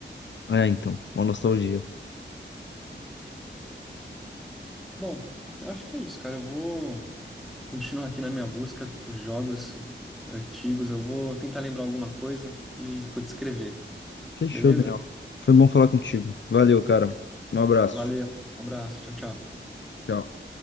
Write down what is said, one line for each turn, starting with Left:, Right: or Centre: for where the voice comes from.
Left: Ah, É, então, uma nostalgia.
Centre: Bom, eu acho que é isso, cara. Eu vou continuar aqui na minha busca por jogos antigos. Eu vou tentar lembrar alguma coisa e vou te escrever,
Left: Fechou,
Centre: beleza?
Left: Daniel. Foi bom falar contigo. Valeu, cara. Um abraço.
Centre: Valeu, um abraço, tchau, tchau.
Left: Tchau.